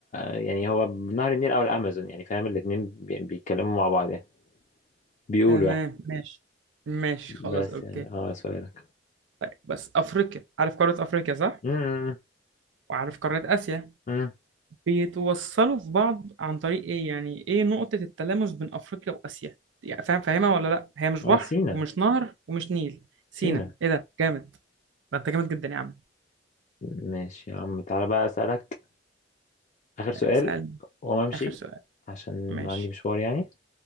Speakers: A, on the left (about 40°); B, on the right (about 80°).
A: يعني هو نهر النيل او الامازون يعني فاهم الاتنين بي- بيتكلموا مع بعض يعني بيقولوا
B: تمام
A: يعني
B: ماشي ماشي خلاص
A: بس
B: أوكي
A: يعني اه سؤالك
B: طيب بس أفريقيا عارف قارة أفريقيا صح؟
A: امم
B: وعارف قارة آسيا
A: امم
B: بيتوصلوا في بعض عن طريق ايه يعني ايه نقطة التلامس بين افريقيا واسيا يعني فاهم فاهمها ولا لا هي مش
A: اه
B: بحر
A: سينا
B: ومش نهر ومش نيل
A: سينا
B: سينا ايه ده جامد ده انت جامد جدا يا عم
A: ماشي يا عم تعالى بقى اسالك اخر سؤال
B: آه، اسأل
A: وما امشي
B: اخر سؤال
A: عشان
B: ماشي
A: عندي مشوار يعني